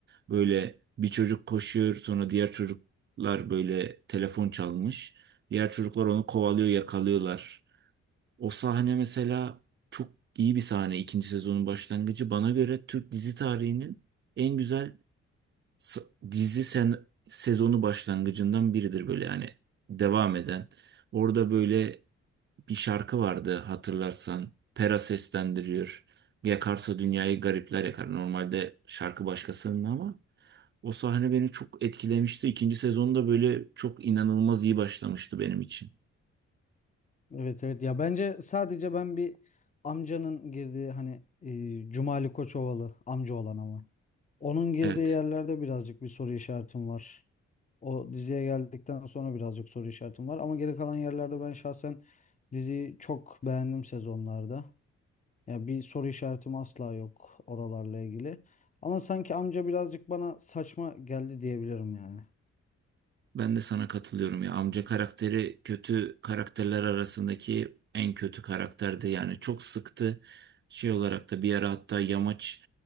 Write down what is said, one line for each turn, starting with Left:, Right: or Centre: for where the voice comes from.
Right: Böyle bir çocuk koşuyor sonra diğer çocuklar böyle telefon çalmış. Diğer çocuklar onu kovalıyor yakalıyorlar. O sahne mesela çok iyi bir sahne. İkinci sezonun başlangıcı. Bana göre Türk dizi tarihinin en güzel s- dizi sen sezonu başlangıcından biridir böyle yani devam eden. Orada böyle bir şarkı vardı hatırlarsan. Pera seslendiriyor. Yakarsa dünyayı garipler yakar. Normalde şarkı başkasının ama o sahne beni çok etkilemişti. İkinci sezonda böyle çok inanılmaz iyi başlamıştı benim için.
Left: Evet evet ya bence sadece ben bir amcanın girdiği hani e, Cumali Koçovalı amca olan ama onun girdiği
Right: Evet.
Left: yerlerde birazcık bir soru işaretim var. O diziye geldikten sonra birazcık soru işaretim var ama geri kalan yerlerde ben şahsen diziyi çok beğendim sezonlarda. Ya bir soru işaretim asla yok oralarla ilgili. Ama sanki amca birazcık bana saçma geldi diyebilirim yani.
Right: Ben de sana katılıyorum ya. Amca karakteri kötü karakterler arasındaki en kötü karakterdi. Yani çok sıktı. Şey olarak da bir ara hatta yamaç